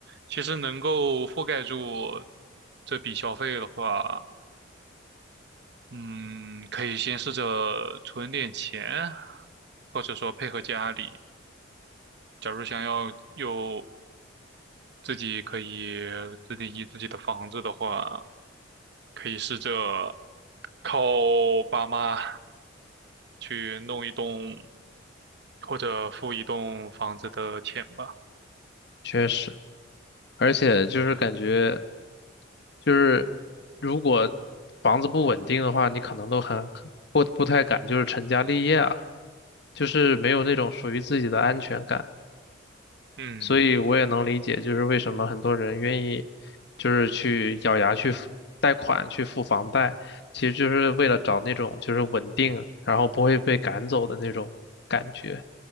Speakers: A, on the right; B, on the left.
A: 其实能够覆盖住这笔消费的话，嗯，可以先试着存点钱，或者说配合家里。假如想要有自己可以自定义自己的房子的话，可以试着靠爸妈去弄一栋或者付一栋房子的钱吧。
B: 确实。而且就是感觉，就是如果房子不稳定的话，你可能都很不不太敢，就是成家立业啊，就是没有那种属于自己的安全感。
A: 嗯
B: 所以我也能理解，就是为什么很多人愿意，就是去咬牙去付贷款去付房贷，其实就是为了找那种就是稳定，然后不会被赶走的那种感觉。